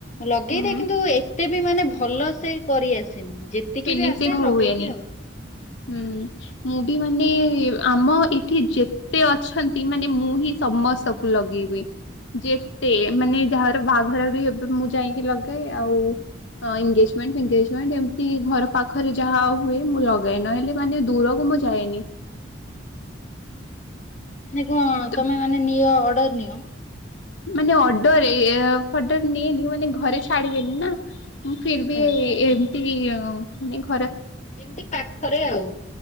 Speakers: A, on the left; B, on the left.
A: ଲଗେଇଦିଏ
B: ହୁଁ
A: କିନ୍ତୁ ଏତେ ବି ମାନେ ଭଲ ସେ କରିଆ ସିନି ଯେତିକି
B: ଫିନିସିଂ
A: ବି ଆସେ
B: ହୁଏନି।
A: ଲଗେଇଦି ଆଉ।
B: ହୁଁ ମୁଁ ବି ମାନେ ଆମ ଏଠି ଯେତେ ଅଛନ୍ତି ମାନେ ମୁଁ ହିଁ ସମସ୍ତଙ୍କୁ ଲଗେଇବି। ଯେତେ ମାନେ ଯାହା ବାହାଘର ବି ମୁଁ ଯାଇକି ଲଗେ ଆଉ ଏନଗେଜମେଣ୍ଟ ଫେନଗେଜମେଣ୍ଟ ଏମ୍ ତି ଘର ପାଖରେ ଯାହା ହୁଏ ମୁଁ ଲଗାଏ। ନହେଲେ ମାନେ ଦୂରକୁ ମୁଁ ଯାଏନି।
A: ହଁ ମାନେ କଣ
B: ମତେ
A: ତମେ ମାନେ ନିଅ ଅର୍ଡର ନିଅ?
B: ମାନେ ଅର୍ଡର ଏ ଫଡର ନିଏନି ମାନେ ଘରେ ଛାଡିବେନି ନା। ମୁଁ ଫିର୍ବୀ
A: ହୁଁ
B: ଏ ତି ଆ ମାନେ ଘ
A: ଏମିତି ପାଖରେ ଆଉ।